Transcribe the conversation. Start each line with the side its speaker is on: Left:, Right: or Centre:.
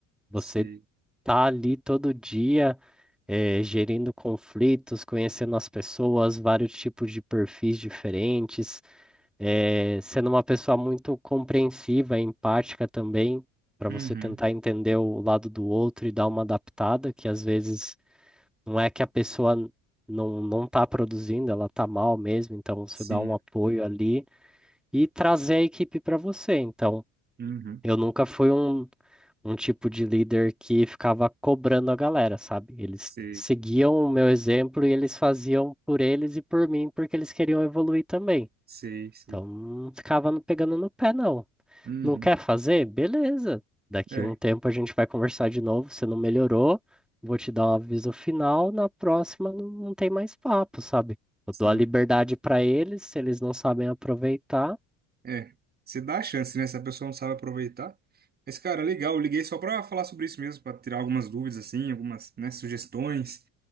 Centre: Você
Right: Sei.
Centre: tá ali todo dia eh, gerindo conflitos, conhecendo as pessoas, vários tipos de perfis diferentes, eh, sendo uma pessoa muito compreensiva, empática também, para
Right: Uhum.
Centre: você tentar entender o lado do outro e dar uma adaptada, que às vezes não é que a pessoa não não está produzindo, ela está mal mesmo, então você
Right: Sim.
Centre: dá um apoio ali e trazer a equipe para você. Então,
Right: Uhum.
Centre: eu nunca fui um um tipo de líder que ficava cobrando a galera, sabe? Eles
Right: Sei.
Centre: seguiam o meu exemplo e eles faziam por eles e por mim porque eles queriam evoluir também.
Right: Sei, sei.
Centre: Então não ficava no- pegando no pé, não.
Right: Uhum.
Centre: Não quer fazer? Beleza. Daqui
Right: É,
Centre: um tempo a gente vai conversar de novo. Você não melhorou, vou te dar um aviso final. Na próxima não, não tem mais papo, sabe? Eu
Right: sim.
Centre: dou a liberdade pra eles, se eles não sabem aproveitar.
Right: É, você dá a chance, né? Se a pessoa não sabe aproveitar. Mas, cara, legal, eu liguei só pra falar sobre isso mesmo, pra tirar algumas dúvidas, assim, algumas, né, sugestões.